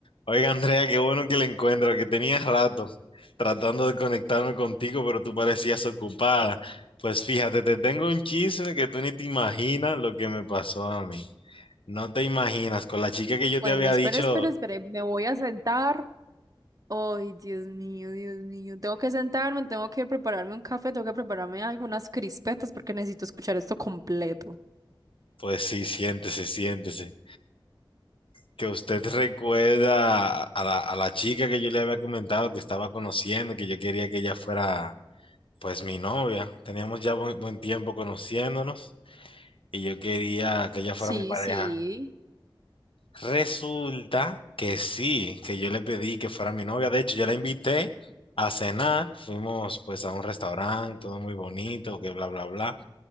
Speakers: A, on the left (about 85°); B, on the right (about 40°).
A: Oiga, Andrea, qué bueno que le encuentro, que tenías rato tratando de conectarme contigo, pero tú parecías ocupada. Pues fíjate, te tengo un chisme que tú ni te imaginas lo que me pasó a mí. No te imaginas, con la chica que yo
B: Bueno,
A: te había
B: espere,
A: dicho,
B: espere, espere. Me voy a sentar. Ay, Dios mío, Dios mío. Tengo que sentarme, tengo que prepararme un café, tengo que prepararme algunas crispetas porque necesito escuchar esto completo.
A: pues sí, siéntese, siéntese. Que usted recuerda a la, a la chica que yo le había comentado que estaba conociendo, que yo quería que ella fuera, pues, mi novia. Teníamos ya buen buen tiempo conociéndonos y yo quería que ella fuera
B: Sí,
A: mi pareja.
B: sí.
A: Resulta que sí, que yo le pedí que fuera mi novia. De hecho, yo la invité a cenar. Fuimos pues a un restaurante, todo muy bonito, que bla, bla, bla.